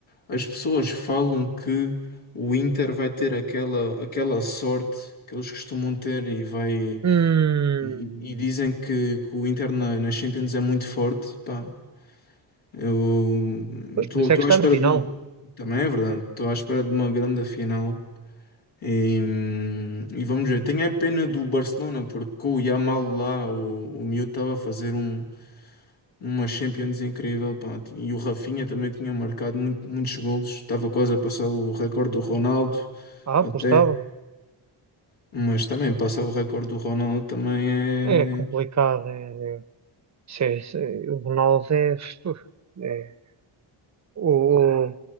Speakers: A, on the left (about 85°); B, on the right (about 35°).
A: as pessoas falam que o Inter vai ter aquela, aquela sorte que eles costumam ter e vai
B: Hum.
A: e, e dizem que, que o Inter na, na Champions é muito forte. Pá, Eu
B: Pois,
A: estou
B: por isso é que está
A: à espera
B: na final.
A: de uma. Também é verdade, estou à espera de uma grande final. E, hum, e vamos ver. Tenho a pena do Barcelona, porque com o Yamal lá, o, o miúdo estava a fazer um, uma Champions incrível. pá. E o Rafinha também tinha marcado muito- muitos golos, estava quase a passar o recorde do Ronaldo,
B: Ah,
A: até.
B: pois estava.
A: Mas também passar o recorde do Ronaldo também é.
B: É complicado. É, é- se- é, se- é, o Ronaldo é, uf, é o, o-